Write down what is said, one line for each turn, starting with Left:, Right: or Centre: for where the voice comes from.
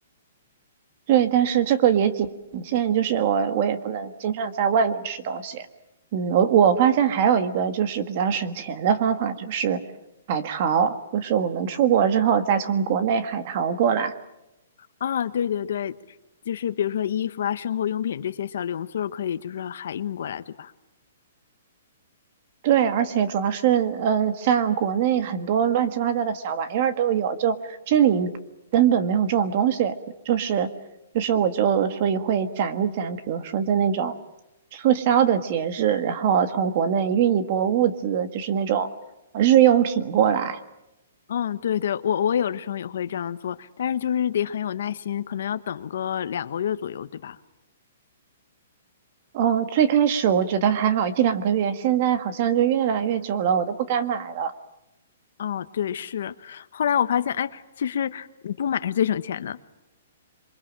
Right: 对，但是这个也仅限，就是我我也不能经常在外面吃东西。嗯，我我发现还有一个就是比较省钱的方法，就是海淘，就是我们出国之后再从国内海淘过来。
Left: 啊，对对对，就是比如说衣服啊、生活用品这些小零碎儿可以就是海运过来，对吧？
Right: 对，而且主要是，嗯、像国内很多乱七八糟的小玩意儿都有，就这里根本没有这种东西，就是就是，我就所以会攒一攒，比如说在那种促销的节日，然后从国内运一波物资，就是那种日用品过来。
Left: 嗯，对对，我我有的时候也会这样做，但是就是得很有耐心，可能要等个两个月左右，对吧？
Right: 嗯，最开始我觉得还好一两个月，现在好像就越来越久了，我都不敢买了。
Left: 哦，对，是。后来我发现，哎，其实你不买是最省钱的。